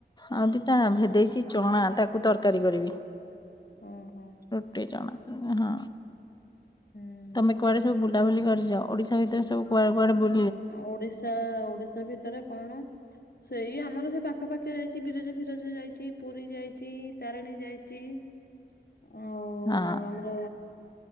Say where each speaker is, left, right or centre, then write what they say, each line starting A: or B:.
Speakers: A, on the left; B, on the left.
A: ଆଉ ଦିଟା ଭେଦେଇଚି ଚଣା ତାକୁ ତରକାରୀ କରିବି।
B: ଓହୋ।
A: ରୁଟି ଚଣାକ ହଁ
B: ହୁଁ
A: ତମେ କୁଆଡ଼େ ସବୁ ବୁ ବୁଲା ବୁଲି କରିଚ ଓଡିଶା ଭିତରେ ସବୁ କୁଆଡ଼େ କୁଆଡ଼େ ବୁ
B: ଓଡିଶା ଓଡିଶା ଭିତରେ କଣ ସେଇ ଆମର ସେପାଖାପାଖି ଯାଇଚି ବିରଜା ଫିରଜା ଯାଇଚି ପୁରୀ ଯାଇଚି ତାରିଣୀ ଯାଇଚି। ଆଉ
A: ହଁ
B: ଆମ ର